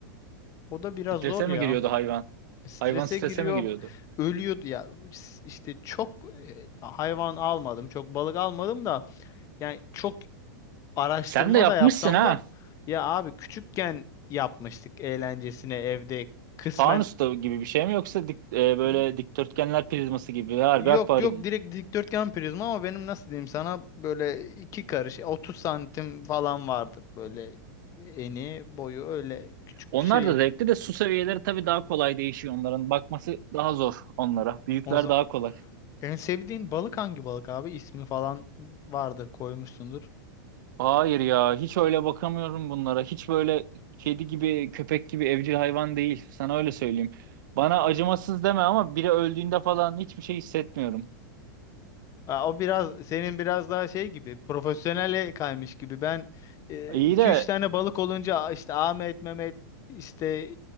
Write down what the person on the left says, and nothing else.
o da biraz
zor ya.
Strese
giriyor,
ölüyordu ya. İşte çok e, hayvan almadım, çok balık almadım da yani çok araştırma
da yapsam
da ya abi küçükken yapmıştık eğlencesine evde kısmen
Y-
yok
yok
direkt dikdörtgen prizma ama benim nasıl diyeyim sana böyle iki karış 30 santim falan vardır böyle eni boyu öyle küçük
bir şey.
O zaman
en sevdiğin balık hangi balık abi? İsmi falan vardır koymuşsundur.
Aa, O biraz senin biraz daha şey gibi profesyonele kaymış gibi. Ben e,
iki
üç tane balık olunca "Aa, işte Ahmet, Mehmet, işte